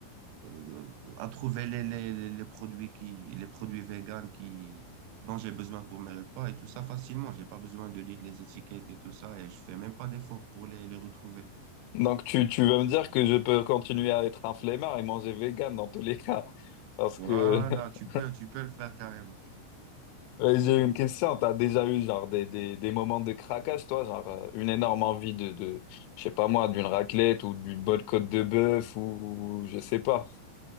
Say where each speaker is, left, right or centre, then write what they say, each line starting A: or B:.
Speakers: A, on the right; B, on the left.
A: euh, à trouver les, les, les produits qui, les produits vegan qui, dont j'ai besoin pour mes repas et tout ça facilement. J'ai pas besoin de lire les étiquettes et tout ça et je fais même pas d'effort pour les, les retrouver.
B: <laughs> Donc, tu, tu veux me dire que je peux continuer à être un flemmard et manger vegan dans tous les cas. Parce
A: Voilà,
B: que, <laughs>
A: tu peux, tu peux le faire carrément.
B: Ouais, J'ai une question, t'as déjà eu genre des, des, des moments de craquage, toi, genre euh, une énorme envie de, de, je sais pas moi, d'une raclette ou d'une bonne côte de bœuf ou je sais pas.